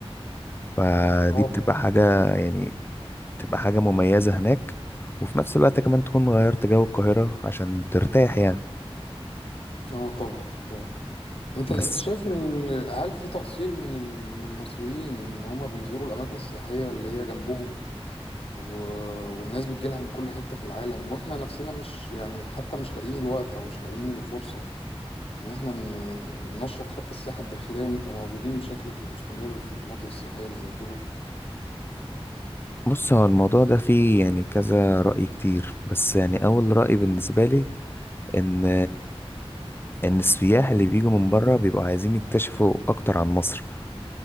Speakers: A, on the left; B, on the left.
A: فدي
B: اه
A: بتبقى حاجة يعني بتبقى حاجة مميزة هناك وفي نفس الوقت كمان تكون غيرت جو القاهرة عشان ترتاح يعني
B: اه طبعا طبعا انت
A: بس
B: انت شايف ال- هل في تقصير من ال- من المصريين ان هم بيزوروا الاماكن السياحيه اللي هي جنبهم و... والناس بتجيلها من كل حته في العالم واحنا نفسنا مش يعني حتى مش لاقيين الوقت او مش لاقيين الفرصه ان احنا ن- ننشط حتى السياحه الداخليه ونبقى موجودين بشكل مستمر في المناطق السياحيه اللي زي كده
A: بص هو الموضوع ده فيه يعني كذا رأي كتير بس يعني اول رأي بالنسبة لي ان ان السياح اللي بيجوا من بره بيبقوا عايزين يكتشفوا اكتر عن مصر